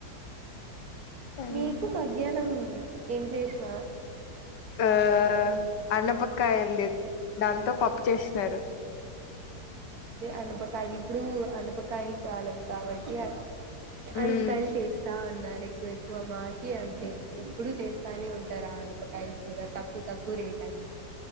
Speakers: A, on the left (about 85°); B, on the right (about 60°).
A: ఆ
B: మీకు మధ్యాహ్నం ఏం చేసిన
A: ఆ అన్నపక్కాయ ఎం లేదు దాంతో పప్పు చేసినారు
B: అనపకాయలు ఇప్పుడు అనపకాయల కాలం కాబట్టి
A: ఉమ్
B: అనుతలి చేస్త ఉన్నారు ఎక్కువ ఎక్కువ మాకి అంతే ఎప్పుడు చేస్తానే ఉంటారు ఆడపకాయలు కూర తక్కువ తక్కువ రేటింది